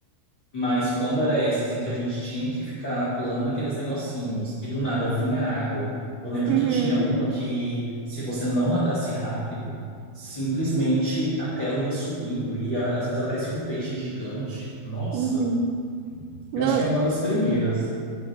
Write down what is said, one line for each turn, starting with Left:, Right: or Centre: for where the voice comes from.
Left: Mas quando era essa, assim, que a gente tinha que ficar pulando naqueles negocinhos e do nada vinha água, eu lembro
Right: Uhum.
Left: que tinha uma
Right: Uhum.
Left: que se você não nadasse rápido, simplesmente a tela ia subindo e a- às vezes aparecia um peixe gigante. Nossa,
Right: Uhum.
Left: eu
Right: Não,
Left: acho que é uma das primeiras.